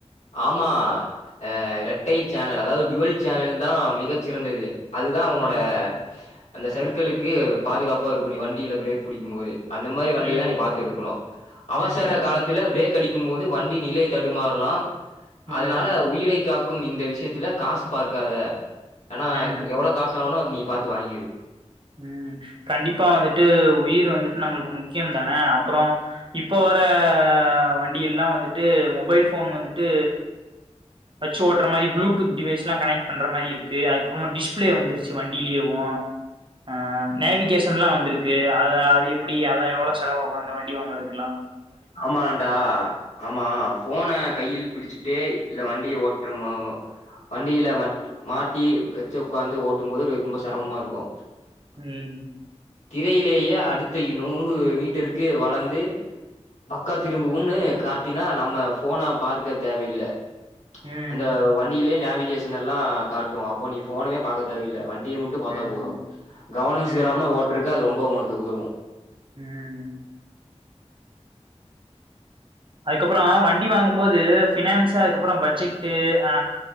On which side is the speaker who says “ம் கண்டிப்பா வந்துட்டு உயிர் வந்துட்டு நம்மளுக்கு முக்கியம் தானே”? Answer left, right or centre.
Right